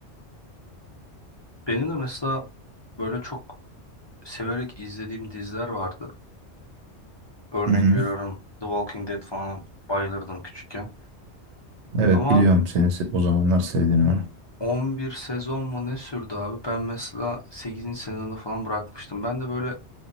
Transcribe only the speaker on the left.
Benim de mesela böyle çok severek izlediğim diziler vardı. Örnek
veriyorum The Walking Dead falan bayılırdım küçükken.
Ama
11 sezon mu ne sürdü abi? Ben mesela 8. sezonda falan bırakmıştım. Ben de böyle